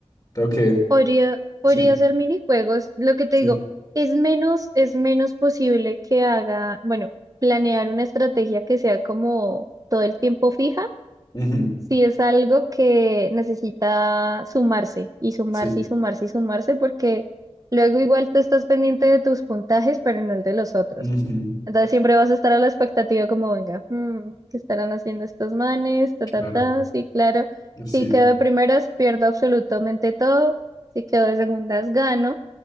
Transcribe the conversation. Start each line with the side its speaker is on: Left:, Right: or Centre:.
Left: Creo que
Right: podría, podría
Left: Sí,
Right: hacer minijuegos. Lo que te
Left: sí.
Right: digo, es menos, es menos posible que haga, bueno, planear una estrategia que sea como todo el tiempo fija
Left: ujú,
Right: Sí, es algo que necesita sumarse y sumarse
Left: Sí.
Right: y sumarse y sumarse porque luego igual tú estás pendiente de tus puntajes, pero no el de los otros.
Left: ujú,
Right: Entonces siempre vas a estar a la expectativa como, venga, mm, ¿qué estarán haciendo estos manes? Ta, ta,
Left: Claro,
Right: ta. Sí, claro.
Left: sí.
Right: Si quedo de primeras, pierdo absolutamente todo. Si quedo de segundas, gano.